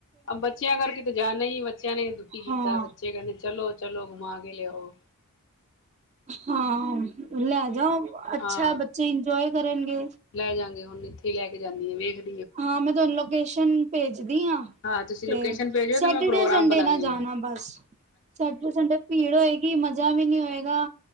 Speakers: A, on the left (about 55°); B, on the right (about 30°).
A: ਬੱਚਿਆਂ ਕਰਕੇ ਤੇ ਜਾਣਾ ਹੀ ਬੱਚਿਆਂ ਨੇ ਦੁਖੀ ਕੀਤਾ
B: ਹਾਂ
A: ਬੱਚੇ ਕਹਿੰਦੇ ਚਲੋ ਚਲੋ ਘੁਮਾ ਕੇ ਲਿਆਓ
B: ਹਾਂ ਲੈ ਜਾਓ ਅੱਛਾ
A: ਹਾਂ
B: ਬੱਚੇ ਇੰਜੋਏ ਕਰਨਗੇ
A: ਲੈ ਜਾਂਗੇ ਹੁਣ ਇੱਥੇ ਹੀ ਲੈ ਕੇ ਜਾਂਦੀ ਆ ਵੇਖਦੇ
B: ਹਾਂ ਮੈਂ ਤੁਹਾਨੂੰ ਲੋਕਸ਼ਨ ਭੇਜਦੀ ਹਾਂ
A: ਤੁਸੀਂ
B: ਤੇ
A: ਲੋਕੇਸ਼ਨ ਭੇਜੋ
B: ਸੈਟਰਡੇ
A: ਤੇ ਮੈਂ ਪ੍ਰੋਗਰਾਮ
B: ਸੰਡੇ
A: ਬਣਾਨੀ
B: ਨਾ ਜਾਣਾ
A: ਆ
B: ਬਸ ਸੈਟਰਡੇ ਸੰਡੇ ਭੀੜ ਹੋਏਗੀ ਮਜਾ ਵੀ ਨੀ ਹੋਏਗਾ